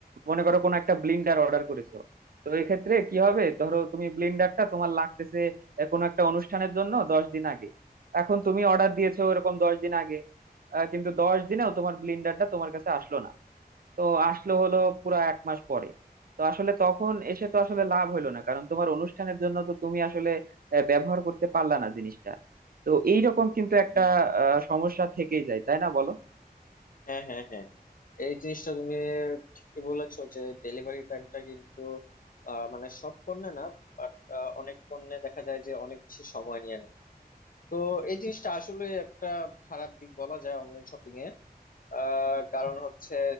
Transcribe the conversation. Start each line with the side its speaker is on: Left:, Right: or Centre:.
Right: মনে করো কোনো একটা ব্লিন্ডার অর্ডার করেছো তো এক্ষেত্রে কি হবে ধরো তুমি ব্লিন্ডারটা তোমার লাগতেছে আহ, কোনো একটা অনুষ্ঠানের জন্য দশ দিন আগে এখন তুমি অর্ডার দিয়েছো ওরকম দশ দিন আগে আহ, কিন্তু দশ দিনেও তোমার ব্লিন্ডারটা তোমার কাছে আসলো না তো আসলো হলো পুরো এক মাস পরে তো আসলে তখন এসে তো আসলে লাভ হইলো না কারণ তোমার অনুষ্ঠানের জন্য তো তুমি আসলে আহ, ব্যবহার করতে পারলা না জিনিসটা তো এইরকম কিন্তু একটা আহ, সমস্যা থেকেই যায় তাই না বলো
Left: হ্যাঁ হ্যাঁ হ্যাঁ এই জিনিসটা তুমি ঠিকই বলেছো যে ডেলিভারি টাইমটা কিন্তু আহ, মানে সব পণ্যে না বাট অনেক পণ্যে দেখা যায় যে অনেক বেশি সময় নিয়ে নেয় তো এই জিনিসটা আসলে একটা খারাপ দিক বলা যায় অনলাইন শপিং এ আহ, কারণ হচ্ছে